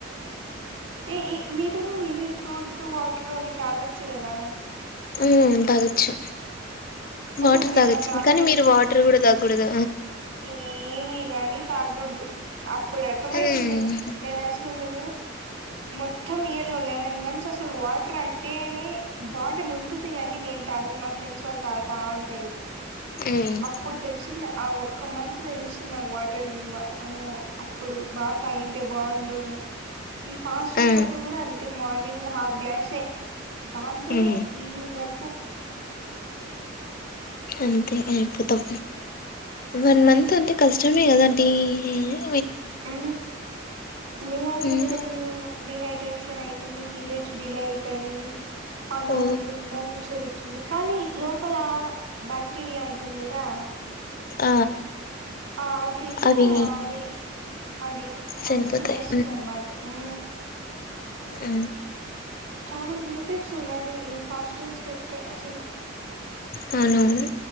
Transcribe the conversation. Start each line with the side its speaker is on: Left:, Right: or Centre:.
Right: ఏ ఏ మీరు ఇవి ఫ్రూట్స్ వాటర్ అవి తాగచ్చు గదా
Left: ఉమ్ తాగచ్చు
Right: అసలు
Left: వాటర్
Right: నిన్న
Left: తాగచ్చు
Right: ప్రాణం
Left: కానీ మీరు వాటర్ కూడా తాగ్గూడద
Right: ఏమీ గాని తాగ్గుడుదు అప్పుడు అర్థమైతుంది
Left: మ్మ్
Right: నేను అసు లూ మొత్తం ఇయర్ లో లెవెన్ మంత్స్ అసలు వాటర్ అంటేనే బాటిల్ ఉంటుంది గాని నేను తాగను మా ఫ్రెండ్స్ వాళ్ళు తాతా వుంటరు
Left: మ్మ్
Right: అప్పుడు తెలుస్తుంది ఆ ఒక్క మంతు తెలుస్తుంది ఆ వాటర్ విల్వ ఓ అప్పుడు బాగా తాగింటే బాండు అని ఈ ఫాస్టింగ్స్
Left: ఆ
Right: అప్పుడు గుడా అంతే మార్నింగ్ హాఫ్ గ్లాసే దాంతోనే
Left: మ్మ్
Right: ఈవినింగ్ వరకు
Left: అంతే అయిపోతాం వన్ మంత్ అంటే కష్టమే గద <unintelligible>
Right: ఊ డిహైడ్రేషన్
Left: మ్మ్
Right: డిహైడ్రేష్ షన్ అయితుంది పీరియడ్స్ డిలే అయితాయి హార్మోన్
Left: ఓ
Right: ఇంబాలెన్స్ అవుతుంది కానీ లోపల బాక్టీరియా ఉంటుంది గదా
Left: ఆ
Right: ఆకలి కి
Left: అవి
Right: అది అడి
Left: చనిపోతాయి
Right: అది తినేస్తుంది అన్ మాట ఊ
Left: ఆ
Right: చాలా బెనిఫిట్స్ ఉన్నాయి ఈ ఫాస్టింగ్స్ పెడితే అసలు
Left: అవునవును